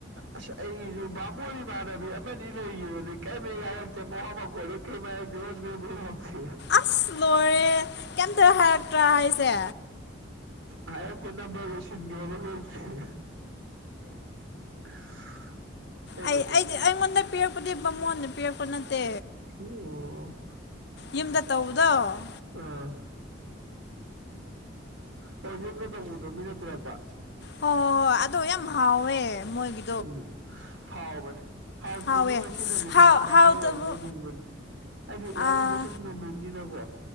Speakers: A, on the right; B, on the left.
A: ꯑꯁ ꯑꯩꯖꯨ ꯕꯥꯃꯣꯟ ꯏꯃꯥꯟꯅꯕꯤ ꯑꯃꯅꯤ ꯂꯩꯒꯤꯕꯅꯦ ꯀꯩꯃ ꯍꯥꯏꯔꯛꯇꯦ ꯃꯋꯥ ꯃꯈꯣꯜ ꯀꯩꯝ ꯍꯥꯏꯔꯛꯇꯦ ꯍꯣꯏ ꯃꯦꯟꯕꯨ ꯂꯥꯎꯗꯦ
B: ꯑꯁ ꯂꯣꯏꯔꯦꯍꯦ ꯀꯩꯝꯇꯒ ꯍꯥꯏꯔꯛꯇ꯭ꯔꯥ ꯍꯥꯏꯁꯦ
A: ꯍꯥꯏꯔꯛꯇꯦ ꯅꯝꯕꯔ ꯒ ꯁꯤꯟꯒ꯭ꯔꯕ ꯈꯪꯗꯦ <unintelligible> ꯑꯩꯅꯁꯨ
B: ꯑꯩ ꯑꯩꯗꯤ ꯑꯩꯉꯣꯟꯗ ꯄꯤꯔꯛꯄꯗꯤ ꯕꯥꯃꯣꯟꯅ ꯄꯤꯔꯛꯄ ꯅꯠꯇꯦ
A: ꯑꯣ
B: ꯌꯨꯝꯗ ꯇꯧꯕꯗꯣ
A: ꯑꯥ ꯕꯥꯃꯣꯟꯅ ꯇꯧꯕꯗꯣ ꯃꯤꯅ ꯄꯤꯔꯛꯄ
B: ꯍꯣꯏ ꯍꯣꯏ ꯑꯗꯣ ꯌꯥꯝ ꯍꯥꯎꯋꯦ ꯃꯣꯏꯒꯤ
A: ꯎꯝ ꯍꯥꯎꯕꯅꯦ ꯍꯥꯎꯇ꯭ꯔꯖꯨ
B: ꯍꯥꯎꯋꯦ
A: ꯉꯁꯤ ꯅꯨꯃꯤꯠꯁꯤꯅ
B: ꯍꯥꯎ
A: ꯃꯍꯥꯎ
B: ꯍꯥꯎꯇꯕ
A: ꯂꯩꯕꯣꯏ ꯅꯤꯡꯕꯅꯤ ꯍꯥꯏꯗꯤ ꯋꯥꯔꯤꯗꯣ
B: ꯑꯥ
A: ꯁꯨꯝ ꯅꯨꯃꯤꯠꯅꯤꯅꯀꯣ